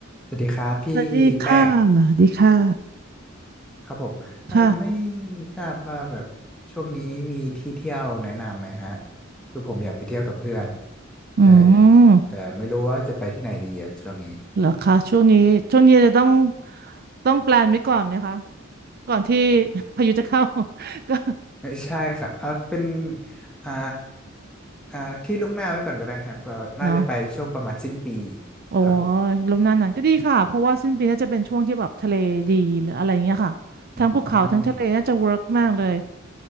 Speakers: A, in the centre; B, on the right.
A: สวัสดีครับพี่แป้ง
B: สวัสดีค่ะสวัสดีค่ะ
A: ครับผมเอ่อไม่
B: ค่ะ
A: ทราบว่าแบบช่วงนี้มีที่เที่ยวแนะนำไหมฮะคือผมอยากไปเที่ยวกับเพื่อน
B: อืม
A: เออแต่ไม่รู้ว่าจะไปที่ไหนดีอะช่วงนี้
B: เหรอคะช่วงนี้ช่วงนี้จะต้องต้องแปลนไว้ก่อนไหมคะก่อนที่ <laughs> พายุจะเข้า <laughs> ก็
A: ไม่ใช่ค่ะอ่าเป็นอ่าอ่าที่ล่วงหน้าไว้ก่อนก็ได้ครับเราน่าจะไปช่วงประมาณสิ้นปี
B: เนาะโอ้
A: ครับผม
B: ยลมหนาวหนานก็ดีค่ะเพราะว่าสิ้นปีน่าจะเป็นช่วงที่แบบทะเลดีหรืออะไรเงี้ยค่ะทั้งภูเขาทั้งทะเลน่าจะเวิร์กมากเลย
A: อืม